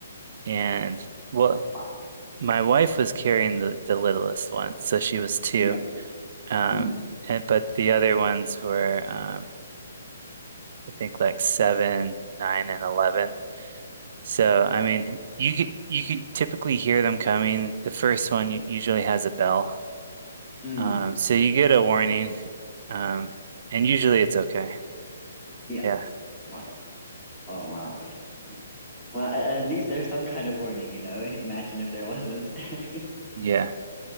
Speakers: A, on the right (about 45°); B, in the centre.
A: and well
B: Wow.
A: My wife was carrying the, the littlest one, so she was two.
B: Yeah.
A: Um,
B: Mm,
A: and but the other ones were, um, I think like seven, nine, and eleven. So I mean, you could you could typically hear them coming. The first one u- usually has a bell,
B: mm,
A: um, so
B: mm.
A: you get a warning, um, and usually it's okay.
B: Yeah.
A: Yeah,
B: Wow. Oh wow. Okay. Well, a- at least there's some kind of warning, you know. <laughs> Imagine if there wasn't. <laughs>
A: yeah.